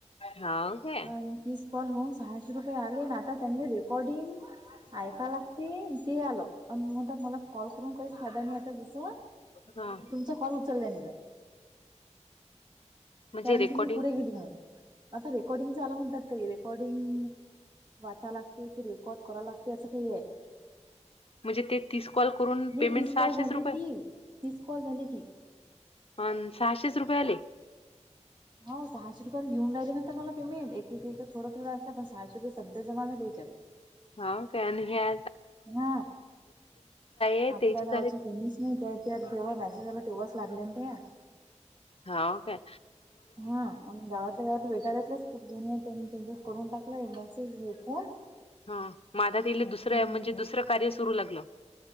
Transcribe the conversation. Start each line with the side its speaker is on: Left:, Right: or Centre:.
Left: हा
Right: आणि तीस कॉल होऊन सहाशे रुपये आले आणि आता त्यांनी रेकॉर्डिंग ऐकायला ते आलं म्हणत मला कॉल करून काही फायदा नाही आता जस
Left: हा
Right: तुमचा कॉल उचललं नाही जर
Left: म्हणजे
Right: कारण
Left: रेकॉर्डिंग
Right: की मी पुढे गेली म आता रेकॉर्डिंग ला म्हणतात का रेकॉर्डिंग वाचा लागते की रेकॉर्ड करा लागते असं काही आहे
Left: म्हणजे ते तीस कॉल करून
Right: हे
Left: पेमेंट
Right: तीस
Left: सहाशेच
Right: कॉल झाली
Left: रुपये
Right: की तीस कॉल झाली की
Left: अ सहाशेच रुपये आले
Right: हो सहाशे रुपयाला घेऊन राहिल्या नंतर मला पेमेंट एक एक एक थोडं थोडं असं पण सहाशे रुपये सध्या जमा झा ल्यायच्यात
Left: हा काय आणि ह्या
Right: हा
Left: आहे
Right: आपल्या
Left: त्याचे
Right: गावची
Left: झाले
Right: कोणीच नाही त्या जेव्हा मेसेज आला तेव्हा लागलेन त्या
Left: हा ओ का
Right: हा गावातल्या गावातलं बेटालातलंच खूप जण त्यांनी त्यांचा करून टाकलाय मेसेज हे फोन
Left: ह माझा ति दुसरं
Right: अ
Left: म्हणजे दुसरं कार्य सुरू लागलं